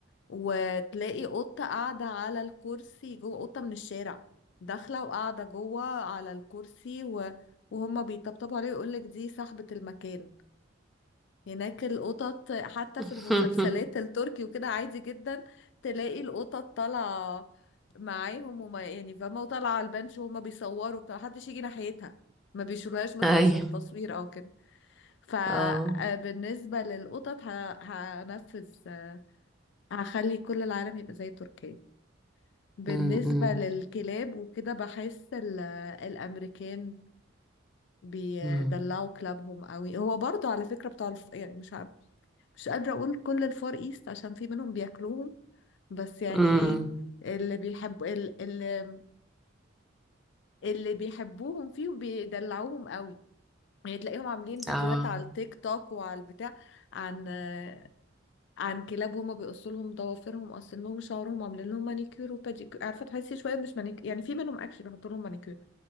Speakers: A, on the left (about 60°); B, in the centre.
A: وتلاقي قطة قاعدة على الكرسي جوه قطة من الشارع داخلة وقاعدة جوه على الكرسي و... وهما بيطبطبوا عليه ويقولك دي صاحبة المكان هناك القطط حتى
B: <laughs>
A: في المسلسلات التركي وكده عادي جدا تلاقي القطط طالعة معاهم وما يعني فاهمة وطالعة على البنش وهما بيصوروا بتاع محدش يجي ناحيتها ما بيشيلوهاش مثلا
B: ايوه
A: عشان التصوير او كده فبالنسبة
B: اه
A: للقطط ه- هنفذ آه، هخلي كل العالم يبقى زي تركيا بالنسبة
B: أم، أم،
A: للكلاب وكده بحس ال- الأمريكان بيدلعوا
B: أم،
A: كلابهم قوي هو برضو على فكرة بتاع الف... يعني مش عارف مش قادرة أقول كل الفار إيست عشان في منهم بياكلوهم بس يعني
B: أم.
A: إيه اللي بيحب ال- ال- اللي بيحبوهم فيهم بيدلعوهم قوي يعني تلاقيهم عاملين فيديوهات
B: اه
A: على التيك توك وعلى البتاع عن آه، عن كلاب هما بيقصوا لهم ضوافرهم قاصينهم شعرهم عاملين لهم مانيكير وباديكير عارفة تحسي شوية مش مانيكير يعني في منهم اكشلي بيحطوا لهم مانيكير